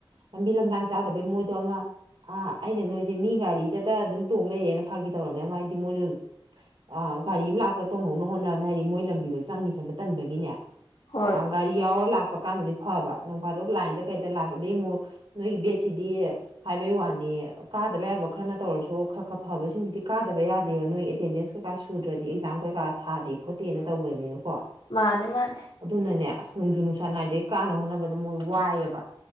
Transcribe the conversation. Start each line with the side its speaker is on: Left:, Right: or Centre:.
Right: ꯂꯝꯕꯤ ꯂꯝꯗꯥꯡ ꯆꯥꯗꯕꯩ ꯃꯣꯏꯗꯣ ꯑꯃ ꯑꯥ ꯑꯩꯅ ꯅꯣꯏꯖꯦ ꯃꯤ ꯒꯥꯔꯤꯗꯇ ꯑꯗꯨꯝ ꯇꯣꯡ ꯂꯩꯔꯦꯅ ꯐꯥꯒꯤ ꯇꯧꯔꯝꯅꯦ ꯑꯃ ꯍꯥꯏꯗꯤ ꯃꯣꯏꯗꯣ ꯑ ꯒꯥꯔꯤ ꯑꯝ ꯂꯥꯛꯄꯗ ꯇꯣꯡꯍꯧꯅ ꯍꯣꯠꯅꯕꯅꯦ ꯍꯥꯏꯗꯤ ꯃꯣꯏ ꯂꯝꯕꯤꯗꯣ ꯆꯪꯅꯤ ꯈꯟꯕ ꯇꯟꯕꯒꯤꯅꯦ
Left: ꯍꯣꯏ
Right: ꯑ ꯒꯥꯔꯤ ꯌꯥꯎꯔ ꯂꯥꯛꯄ ꯀꯥꯟꯗꯗꯤ ꯐꯕ ꯅꯣꯡꯐꯥꯗꯣꯛ ꯂꯥꯏꯟꯗ ꯀꯩꯗ ꯂꯥꯛꯄꯗꯤ ꯑꯃꯨꯛ ꯅꯣꯏꯒꯤ ꯕꯦꯠꯁꯤꯗꯤ ꯍꯥꯏꯕꯩ ꯋꯥꯅꯤ ꯀꯥꯗꯕ ꯌꯥꯕ ꯈꯔꯅ ꯇꯧꯔꯁꯨ ꯈ ꯈ ꯐꯕꯁꯤꯡꯒꯤꯗꯤ ꯀꯥꯗꯕ ꯌꯥꯗꯦꯕ ꯅꯣꯏ ꯑꯦꯇꯦꯟꯗꯦꯟꯁ ꯀꯩꯀꯥ ꯁꯨꯗ꯭ꯔꯗꯤ ꯑꯦꯛꯖꯥꯝ ꯀꯩꯀꯥ ꯊꯥꯗꯦ ꯈꯣꯠꯇꯦꯅ ꯇꯧꯕꯅꯤꯅꯀꯣ
Left: ꯃꯥꯅꯦ ꯃꯥꯅꯦ
Right: ꯑꯗꯨꯅꯅꯦ ꯑꯁ ꯅꯨꯡꯖꯨ ꯅꯨꯡ ꯁꯥ ꯅꯥꯏꯗꯩ ꯀꯥꯅ ꯍꯣꯠꯅꯕꯗ ꯃꯣꯏ ꯋꯥꯏꯌꯦꯕ